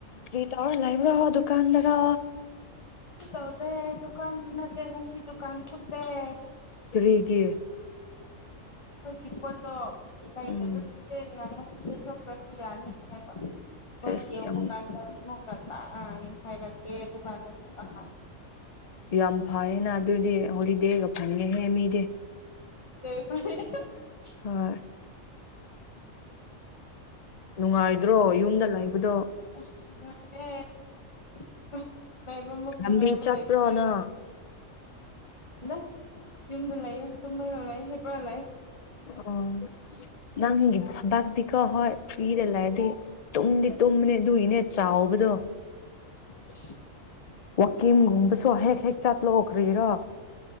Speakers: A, on the left; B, on the left.
A: ꯀ꯭ꯔꯤ ꯇꯧꯔ ꯂꯩꯕ꯭ꯔꯣ ꯗꯨꯀꯥꯟꯗꯔ
B: ꯇꯧꯗꯦ ꯗꯨꯀꯥꯟꯗꯨ ꯅꯠꯇꯦ ꯉꯁꯤ ꯗꯨꯀꯥꯟ ꯊꯂꯦ <inaudible>
A: ꯇꯔꯤꯒꯤ
B: ꯑꯩꯈꯣꯏꯒꯤ ꯄꯣꯠꯇꯣ ꯂꯩꯇꯕ
A: ꯎꯝ
B: ꯆꯦꯅ ꯉꯁꯤꯊꯈ꯭ꯔꯁꯨ ꯌꯥꯅꯤ ꯍꯥꯏꯕ ꯐ
A: ꯑꯁ
B: ꯌꯥꯕꯨ
A: ꯌꯥꯝ
B: ꯀꯥꯟꯗ ꯑ ꯍꯥꯏꯔꯦ ꯇꯄ ꯍꯥ
A: ꯌꯥꯝ ꯐꯌꯦꯅ ꯑꯗꯨꯗꯤ ꯍꯣꯂꯤꯗꯦꯒ ꯐꯟꯒꯦ ꯍꯦ ꯃꯤꯗꯤ
B: ꯑ
A: ꯑꯥ ꯅꯨꯡꯉꯥꯏꯗ꯭ꯔꯣ ꯌꯨꯝꯗ ꯂꯩꯕꯗꯣ
B: ꯂꯅꯨꯡꯉꯅꯨꯡꯉ <inaudible> ꯂꯩꯕ ꯃꯛ
A: ꯂꯝꯕꯤ
B: ꯅꯨꯡꯉꯥꯏꯕ
A: ꯆꯠꯄ꯭ꯔꯣ
B: ꯂꯩꯈ꯭ꯔꯦ
A: ꯅꯪ
B: ꯗ ꯌꯨꯝꯗꯂꯌꯦ ꯇꯨꯃꯒꯂꯌꯦ ꯍꯤꯄꯔꯂꯦ
A: ꯑꯣ ꯅꯪꯒꯕꯥꯒꯗꯤꯀꯣ ꯍꯣꯏ ꯄꯤꯗꯂꯥꯏꯗꯤ ꯇꯨꯝꯗꯤ ꯇꯨꯝꯕꯅꯦ ꯑꯗꯨꯏꯅꯦ ꯆꯥꯎꯕꯗꯣ
B: <inaudible>
A: ꯋꯥꯛꯀꯤꯝꯒꯨꯝꯕꯁꯨ ꯍꯦꯛ ꯍꯦꯛ ꯆꯠꯂꯣꯈ꯭ꯔꯤꯔꯣ